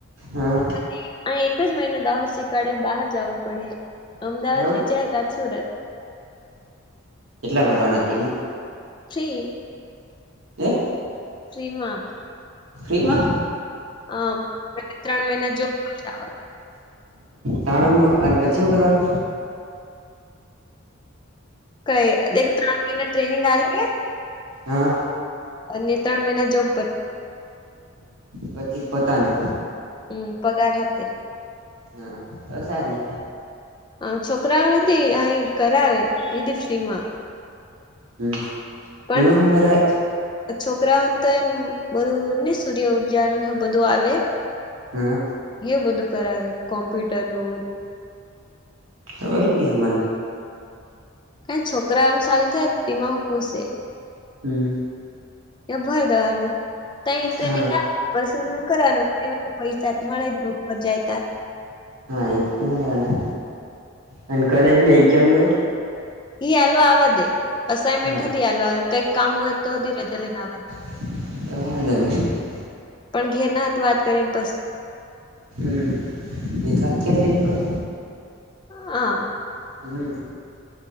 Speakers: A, on the right; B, on the left.
A: હા
B: એમાંથી અહી એક જ મહિનો દાહોશી કાળે બહાર જવું પડે. અમદાવાદ
A: એવું
B: લી જાય ક સુરત
A: કેટલા ભરવાના
B: એટલે
A: હતીમાં.
B: ફ્રી.
A: <unintelligible>
B: <unintelligible>
A: ફ્રીમાં
B: હમ્મ ત્રણ મહિના જોવા.
A: તણ એ પછીમાં કરવાનું?
B: કઈ ત્રણ મહિના ટ્રેનિંગ આલે.
A: હા
B: અને ત્રણ મહિના જોબ પર.
A: પછી પોતાનું.
B: હમ્મ પગાર હાથે.
A: હા દોસ લે
B: હ છોકરાઓ નથી અહી કરાવે એધી ફ્રી માં
A: હમ્મ
B: પણ
A: એમાં હ કરે.
B: છોકરાઓને તો એમ બધું નને સૂર્ય ઉર્જાર બધું આવે
A: હમ્મ.
B: એ બધું કરાવે કોમ્પ્યુટર નું
A: <unintelligible>
B: કઈ છોકરા એમ ચાલુ થાય તેીમાંકુ છે
A: હમ્મ.
B: ્યા ભર દવાનું ત ટ્રેનિંગ
A: હા
B: પશે ને કરવાનું એ તો પૈસા જ મળે જો પરર જાય ત.
A: હા એ મળવાલા અને કોલેજ નને એક્ઝામ નવ
B: હ આાલવા દે અસાઇનમેન્ટ
A: હા
B: હતી હાલ કંઈક કામ હોય તો હતી રજા લઈનેવા દે.
A: <unintelligible> <unintelligible>
B: પણ ઘેર ના હતું વાત કરીને. <unintelligible>
A: હમ્મ ન તો કેટ લેવી પડે.
B: હ.
A: હમ્મ